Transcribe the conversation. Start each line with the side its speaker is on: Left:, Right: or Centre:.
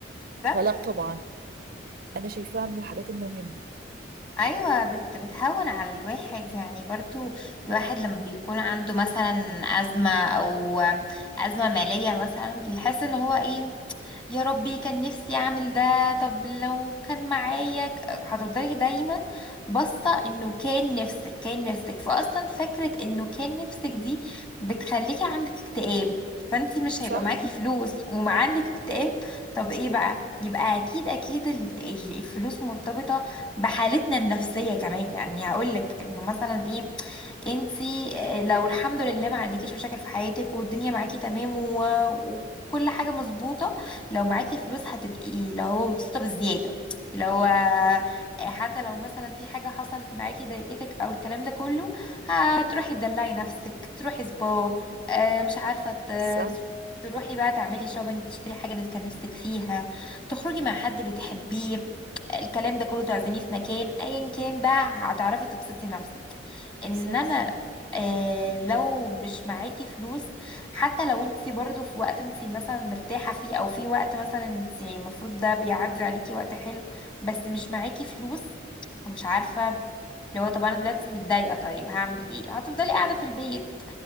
Left: بالظبط
Right: فلا طبعا انا شايفاها من الحاجات المهمة
Left: ايوه بت بتهون على الواحد يعني برضو الواحد لما بيكون عنده مثلا ازمه او ازمه ماليه مثلا بيحس ان هو ايه يا ربي كان نفسي اعمل ده طب لو كان معايا ك- هتفضلي دايما باصه انه كان نفسك كان نفسك فاصلا فكره انه كان نفسك دي بتخليكي عندك اكتئاب فانتي مش
Right: صح
Left: هيبقى معاكي فلوس وما عندك اكتئاب طب ايه بقى يبقى اكيد اكيد ال- ال- الفلوس مرتبطه بحالتنا النفسيه كمان يعني هقولك انه مثلا ايه انتي لو الحمد لله ما عندكيش مشاكل في حياتك والدنيا معاكي تمام و... وكل حاجه مظبوطه لو معاكي فلوس هتبقي اللي هو مبسوطة بالزيادة لو حتى لو مثلا في حاجة حصلت معاكي ضايقتك او الكلام ده كله هتروحي تدلعي نفسك تروحي سبا آه، مش عارفة ت-
Right: صح
Left: تروحي بقى تعملي شوبينج تشتري حاجة انت كان نفسك فيها تخرجي مع حد بتحبيه الكلام ده كله تعزميه في مكان ايا كان بقى هتعرفي تبسطي نفسك انما
Right: صح
Left: آه لو مش معاكي فلوس حتى لو انت برضو في وقت انت مثلا مرتاحة فيه او في وقت مثلا انت المفروض ده بيعدي عليكي وقت حلو بس مش معاكي فلوس ومش عارفة لو طب انا دلوقتي متضايقة طيب هعمل ايه هتفضلي قاعدة في البيت